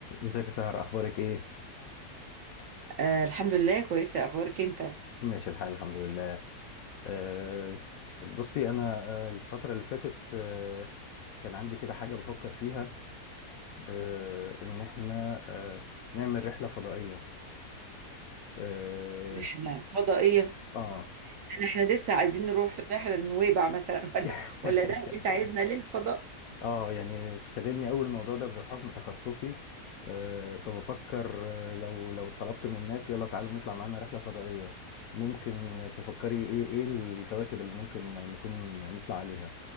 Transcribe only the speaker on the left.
ازيك يا سهر اخبارك ايه
ماشي الحال الحمد لله أه بصي انا آه، الفتره اللي فاتت أه كان عندي كده حاجه بفكر فيها أه ان احنا أه نعمل رحله فضائيه اه,
آه.
<laughs>
اه يعني شاغلني قوي الموضوع ده بحكم تخصصي آه، فبفكر آه، لو لو طلبت من الناس يلا تعالوا نطلع معانا رحلة فضائية ممكن تفكري ايه ايه الكواكب اللي ممكن نكون نطلع عليها